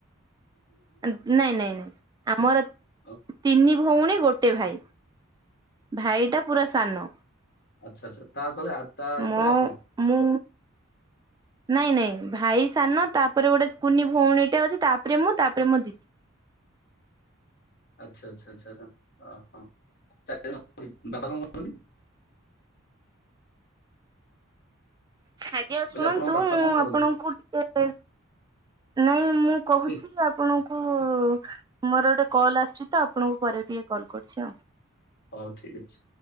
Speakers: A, on the right; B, on the left.
A: ନାଇଁ ନାଇଁ ନାଇଁ ଆମର
B: ଅ,
A: ତିନି ଭଉଣୀ ଗୋଟେ ଭାଇ। ଭାଇଟା ପୁରା ସାନ।
B: ଆଛା ଆଚ୍ଛା ତା ତଳେ ତା ଉପରେ
A: ମୋ
B: ଆପଣ।
A: ମୁଁ ନାଇଁ ନାଇଁ ଭାଇ ସାନ ତାପରେ ଗୋଟେ କୁନି ଭଉଣୀଟା ଅଛି ତାପରେ ମୁଁ ତାପରେ ମୋ ଦିଦି
B: ଆଚ୍ଛା ଆଚ୍ଛା ଆଛା ଅ ହ <unintelligible> ବାପା କଣ କରନ୍ତି?
A: ଆଜ୍ଞା ଶୁଣନ୍ତୁ
B: କହିଲେ ଆପଣଙ୍କ ବାପା
A: ମୁଁ
B: କଣ କରନ୍ତି
A: ଆପଣଙ୍କୁ ଟିକେ ପରେ ନାଇଁ। ମୁଁ କହୁଛି
B: ଠିକ
A: ଆପଣଙ୍କୁ ମୋର ଗୋଟେ କଲ୍ ଆସୁଛି ତ ଆପଣଙ୍କୁ ପରେ ଟିକେ କଲ୍ କରୁଛି ଆଉ।
B: ହଉ ଠିକ ଅଛି।